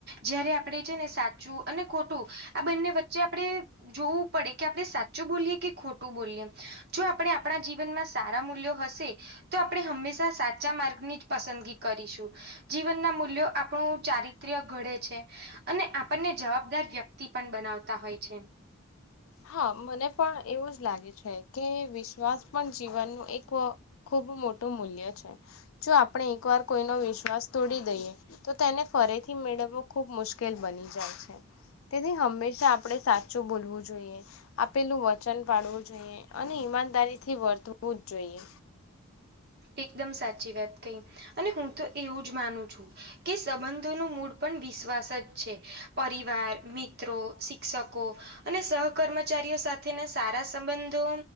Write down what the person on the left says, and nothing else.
હા મને પણ એવું જ લાગે છે કે વિશ્વાસ પણ જીવનનું એક ખૂબ મોટું મૂલ્ય છે. જો આપણે એક વાર કોઈનો વિશ્વાસ તોડી દઈએ. તો તેને ફરીથી મેળવવો ખુબ મુશ્કેલ બની જાય છે. તેથી હંમેશા આપડે સાચું બોલવું જોઈએ આપેલું વચન પાડવું જોઈએ અને ઈમાનદારીથી વર્તવું જ જોઈએ.